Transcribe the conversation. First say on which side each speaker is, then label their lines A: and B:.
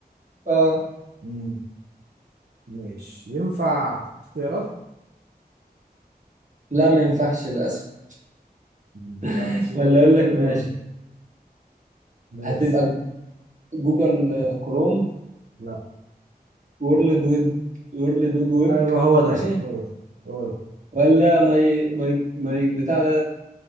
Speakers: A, on the right; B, on the right.
A: اه
B: مم. ماشي ينفع اختيارات؟
A: لا ما ينفعش للاسف
B: ما ينفعش
A: <laughs> ولا
B: اختيارات
A: اقول لك ماشي
B: ماشي
A: هتبقى جوجل كروم
B: لا
A: وورلد ويب وورلد ويب ويب
B: أيوه هو ده
A: ماشي
B: هو ده هو ده
A: ولا ماي ماي ماي بتاع ده